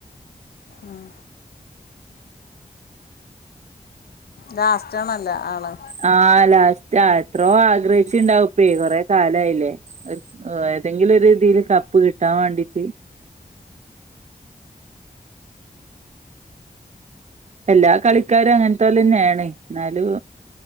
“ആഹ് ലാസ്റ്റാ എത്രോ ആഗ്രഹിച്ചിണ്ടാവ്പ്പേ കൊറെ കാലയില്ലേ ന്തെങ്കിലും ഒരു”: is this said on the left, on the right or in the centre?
Right